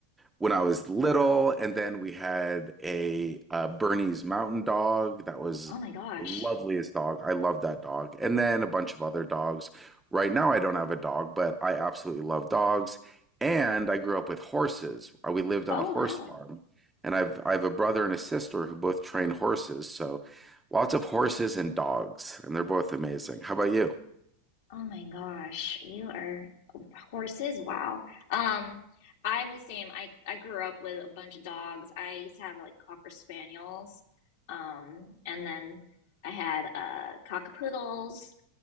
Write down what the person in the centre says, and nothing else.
when I was little, and then we had a uh, Bernese Mountain Dog that was
the loveliest dog. I love that dog, and then a bunch of other dogs. Right now, I don't have a dog, but I absolutely love dogs. And I grew up with horses. Uh, We lived on
a horse
farm, and I've I have a brother and a sister who both train horses. So lots of horses and dogs, and they're both amazing. How about you?